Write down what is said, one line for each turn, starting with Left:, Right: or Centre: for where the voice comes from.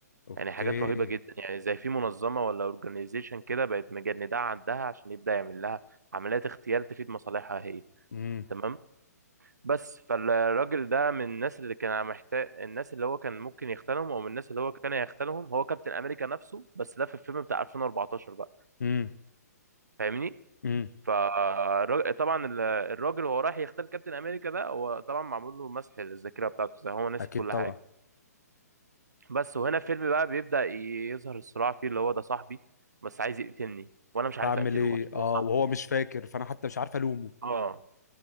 Left: اوكي
Right: يعني حاجات رهيبة جدا يعني زي في منظمة ولا اورجانيزيشن كده بقت مجندعة عندها عشان يبدأ يعمل لها عمليات اغتيال تفيد مصالحها هي
Left: امم
Right: تمام بس فالراجل ده من الناس اللي كان محتاج الناس اللي هو كان ممكن يختلهم او من الناس اللي هو كان يختلهم هو كابتن امريكا نفسه بس ده في الفيلم بتاع 2014 بقى
Left: امم
Right: فاهمني
Left: امم
Right: فطبعا الراجل وهو رايح يختل كابتن امريكا ده هو طبعا معمول له مسح الذاكرة بتاعته زي هو ناسي
Left: اكيد
Right: كل
Left: طبعا
Right: حاجة بس وهنا الفيلم بقى بيبدأ يظهر الصراع فيه اللي هو ده صاحبي بس عايز يقتلني وانا مش عارف
Left: بعمل
Right: اقتله
Left: ايه
Right: عشان
Left: اه
Right: هو صاحبي
Left: وهو مش فاكر فانا حتى مش عارف الومه
Right: اه